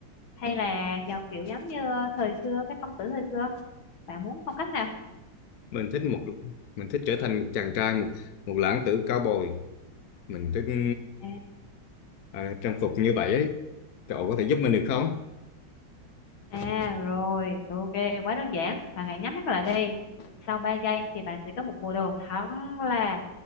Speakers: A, on the left (about 75°); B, on the left (about 60°).
A: hay là giàu kiểu giống như thời xưa các công tử thời xưa bạn muốn phong cách nào
B: mình thích một mình thích trở thành một chàng trai một, một lãng tử cao bồi mình thích ừ,
A: À,
B: à, trang phục như vậy ấy cậu có thể giúp mình được không
A: À rồi, ok, quá đơn giản. Bạn hãy nhắm mắt lại đi. Sau 3 giây thì bạn sẽ có một bộ đồ thật là